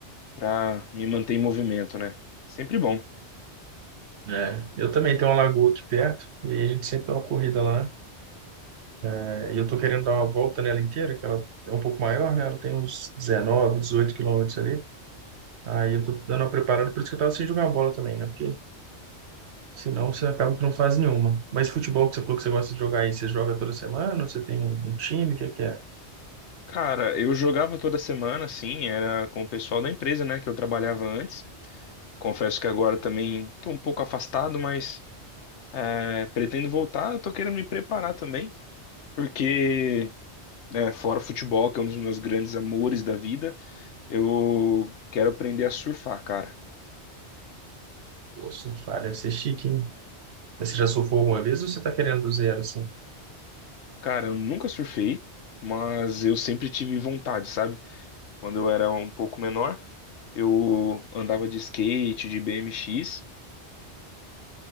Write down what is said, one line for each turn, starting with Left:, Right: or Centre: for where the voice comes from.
Left: pra me manter em movimento, né? Sempre bom.
Right: É, eu também tenho uma lagoa aqui perto, e a gente sempre dá uma corrida lá. né? É, E eu tô querendo dar uma volta nela inteira, que ela é um pouco maior, né? Ela tem uns 19, 18 quilômetros ali. Aí eu tô dando uma preparada, por isso que eu tava sem jogar bola também, né? Porque senão você acaba que não faz nenhuma. Mas futebol que você falou que você gosta de jogar aí, você joga toda semana? Ou Você tem um um time? O que é que é?
Left: Cara, eu jogava toda semana, assim, era com o pessoal da empresa, né, que eu trabalhava antes. Confesso que agora também tô um pouco afastado, mas é, pretendo voltar. Eu tô querendo me preparar também, porque é, fora o futebol, que é um dos meus grandes amores da vida, eu quero aprender a surfar, cara.
Right: Pô, se não falha, deve ser chique, hein? Mas você já surfou alguma vez ou você está querendo do zero, assim?
Left: Cara, eu nunca surfei, mas eu sempre tive vontade, sabe? Quando eu era um pouco menor, eu andava de skate, de BMX.